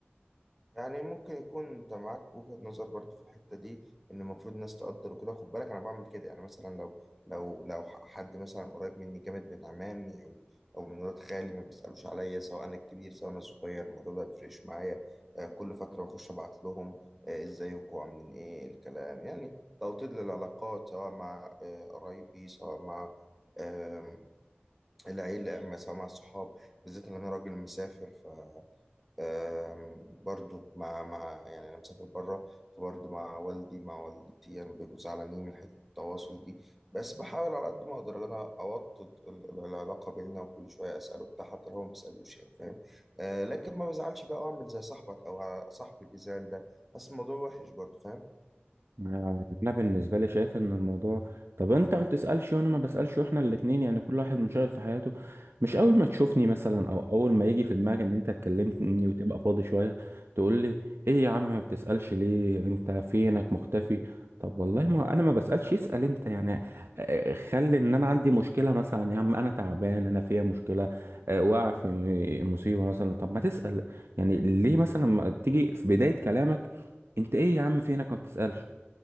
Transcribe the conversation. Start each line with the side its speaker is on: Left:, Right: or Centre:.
Centre: يعني ممكن يكون انت معاك وجهة نظر برضو في الحتة دي ان المفروض الناس تقدر وكده خد بالك انا بعمل كده يعني مثلا لو لو لو ح- حد مثلا قريب مني جامد من عمامي او او من ولاد خالي ما بيسألوش عليا سواء انا الكبير سواء انا الصغير الموضوع ده بيفرقش معايا آه، كل فترة بخش ابعت لهم آه، ازيكم عاملين ايه الكلام يعني توطيد للعلاقات سواء مع آه، قرايبي سواء مع آم، العيلة أما سواء مع الصحاب بالذات إن أنا راجل مسافر آم، برضو مع مع يعني أنا مسافر بره فبرضو مع والدي مع والدتي يعني بيبقوا زعلانين من حتة التواصل دي بس بحاول على قد ما أقدر إن أنا أوطد ال- ال- العلاقة بيننا وكل شوية أسأله بتاع حتى لو هو ما بيسألوش يعني فاهم آه لكن ما بزعلش بقى أعمل زي صاحبك أو صاحبي اللي زعل ده بس الموضوع وحش برضو فاهم
Right: ما- انا بالنسبه لي شايف ان الموضوع طب انت ما بتسالش وانا ما بسالش واحنا الاتنين يعني كل واحد منشغل في حياته مش اول ما تشوفني مثلا او اول ما يجي في دماغك ان انت اتكلمتني وتبقى فاضي شويه تقول لي ايه يا عم ما بتسالش ليه انت فينك مختفي طب والله ما انا ما بسالش اسال انت يعني آه، خلي ان انا عندي مشكله مثلا يا عم انا تعبان انا فيها مشكله آه، واقع في م- مصيبه مثلا طب ما تسال يعني ليه مثلا ما تيجي في بدايه كلامك انت ايه يا عم فينك ما بتسالش